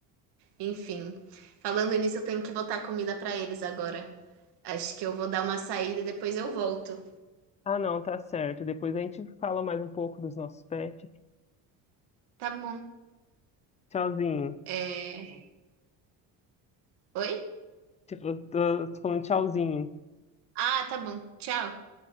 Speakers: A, on the right; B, on the left.
A: Enfim, falando nisso, eu tenho que botar comida pra eles agora. Acho que eu vou dar uma saída e depois eu volto.
B: Ah, não, tá certo. Depois a gente fala mais um pouco dos nossos pets.
A: Tá bom.
B: Tchauzinho.
A: É... Oi?
B: Tipo, Eu tô, tô falando tchauzinho.
A: Ah, tá bom. Tchau.